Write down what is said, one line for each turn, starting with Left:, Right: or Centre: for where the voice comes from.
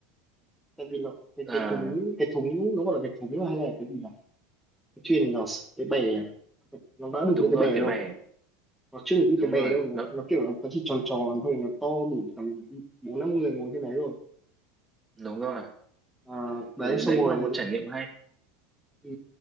Centre: tại vì là cái
Right: à,
Centre: cái thúng cái thúng nó gọi là cái thúng hay là cái gì nhỉ cái thuyền nó cái bè à? nó đã được
Right: đúng
Centre: như cái
Right: rồi
Centre: bè
Right: cái
Centre: đâu
Right: bè
Centre: nó chưa được như
Right: đúng
Centre: cái bè
Right: rồi
Centre: đâu
Right: nó
Centre: nó, nó kiểu nó, nó chỉ tròn tròn thôi nó to đủ tầm bốn năm người ngồi trên đấy rồi
Right: đúng rồi
Centre: à, đấy
Right: thì
Centre: xong
Right: đấy
Centre: rồi
Right: cũng là một trải nghiệm hay
Centre: Ừ,